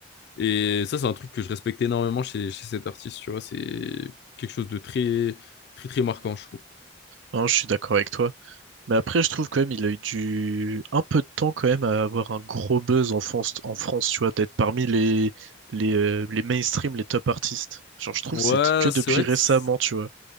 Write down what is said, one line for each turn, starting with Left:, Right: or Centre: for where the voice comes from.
Left: Et ça, c'est un truc que je respecte énormément chez, chez cet artiste, tu vois. C'est quelque chose de très, très, très marquant, je trouve.
Right: non, je suis d'accord avec toi. Mais après, je trouve quand même il a eu du un peu de temps quand même à avoir un gros buzz en France, en France, tu vois, d'être parmi les les, euh, les mainstream, les top artistes. Genre, je trouve
Left: Ouais,
Right: que c'est que depuis
Left: c'est vrai
Right: récemment,
Left: que, c'est
Right: tu vois.